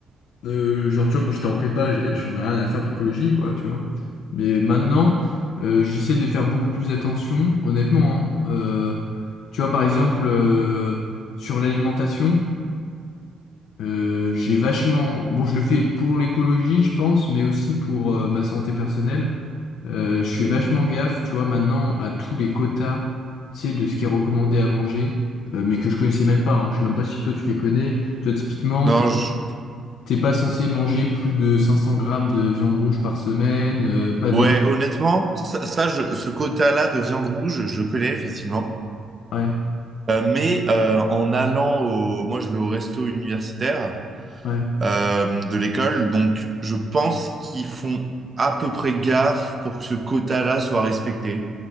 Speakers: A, on the left; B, on the right.
A: euh, genre, tu vois, quand j'étais en prépa, j'ai- j'en ai rien à faire de l'écologie, quoi, tu vois. Mais maintenant, euh, j'essaie de faire beaucoup plus attention, honnêtement, hein. Euh, tu vois, par exemple, euh, sur l'alimentation. Euh, j'ai vachement... Bon, je le fais pour l'écologie, je pense, mais aussi pour euh, ma santé personnelle. Euh, je fais vachement gaffe, tu vois, maintenant à tous les quotas, tu sais, de ce qui est recommandé à manger, euh, mais que je connaissais même pas. Hein. Je sais même pas si toi tu les connais. Tu vois, typiquement,
B: non,
A: t'es
B: je-
A: t'es pas censé manger plus de 500 grammes de viande rouge par semaine, euh, pas des...
B: ouais, honnêtement, ça, ça, je- ce quota-là de viande rouge, je connais effectivement.
A: Ouais,
B: Euh, mais euh, en allant au... Moi, je vais au resto universitaire
A: ouais.
B: euh, de l'école, donc je pense qu'ils font à peu près gaffe pour que ce quota-là soit respecté.